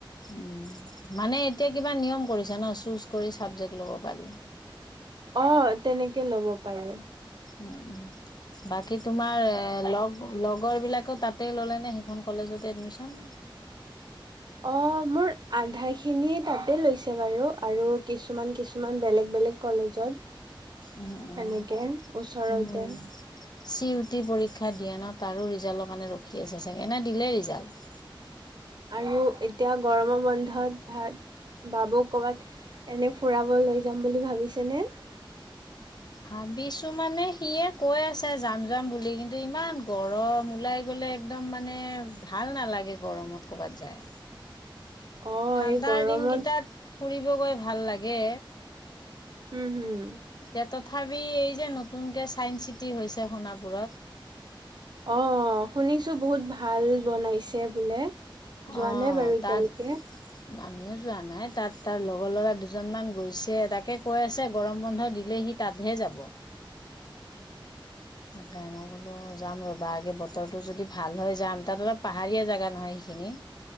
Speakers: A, on the left; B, on the right.
A: উম', মানে এতিয়া কিবা নিয়ম কৰিছে ন', চুজ কৰি চাবজেক্ট ল'ব পাৰি।
B: অ', তেনেকে ল'ব পাৰে।
A: উম', -উম', বাকী তোমাৰ লগ-লগৰ বিলাকে তাতে ল'লে নে সেইখন কলেজতে এডমিশন?
B: অ', মোৰ আধাখিনি তাতে লৈছে বাৰু আৰু কিছুমান-কিছুমান বেলেগ-বেলেগ কলেজত।
A: উম', -উম,
B: সেনেকে
A: '-উম',
B: ওচৰতে
A: চি-ইউ-টি পৰীক্ষা দিয়ে ন', তাৰো ৰিজাল্টৰ কাৰণে ৰখি আছে চাগে নে দিলেই ৰিজাল্ট?
B: আৰু এতিয়া গৰমৰ বন্ধত ভাল বাবুক ক'ৰবাত এনে ফুৰাব লৈ যাম বুলি ভাবিছেনে?
A: ভাবিছো মানে সিয়ে কৈ আছে যাম-যাম বুলি, কিন্তু ইমান গৰম ওলাই গলে, একদম মানে ভাল নালাগে গৰমত কৰ'বাত যায়।
B: অ
A: ঠাণ্ডাৰ
B: এই গৰমত
A: দিনকেইটাত, ফুৰিব গৈ ভাল লাগে।
B: উম', হুম',
A: তেতত, তথাপি, এই যে নতুনকে ছাইন্স চিটি হৈছে সোণাপুৰত,
B: অ', শুনিছো বহুত ভাল। বনাইছে বোলে যোৱা
A: অ
B: নোই বাৰু এতিয়ালৈকে।
A: তাত আমিও যোৱা নাই তাত তাৰ লগৰ ল'ৰা দুজনমান গৈছে। তাকে কৈ আছে গৰম বন্ধ দিলে সি তাতহে যাব। তাকে মই বোলো যাম ৰবা আগে বতৰটো যদি ভাল হয় যাম। তাত অলপ পাহাৰীয়া জেগা নহয় সেইখিনি।